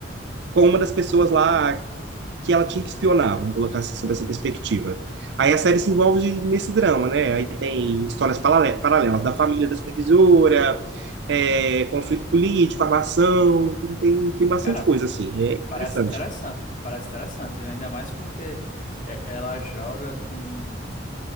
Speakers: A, on the right (about 60°); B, on the left (about 40°).
A: com uma das pessoas lá que ela tinha que espionar, vamos colocar assim, sob essa perspectiva. Aí a série se envolve nesse drama, né? Aí tem histórias parale- paralelas da família da supervisora, é, conflito político, armação, tem, tem, tem bastante
B: cara,
A: coisa, assim. É interessante.
B: parece interessante, parece interessante, ainda mais porque é, ela joga com,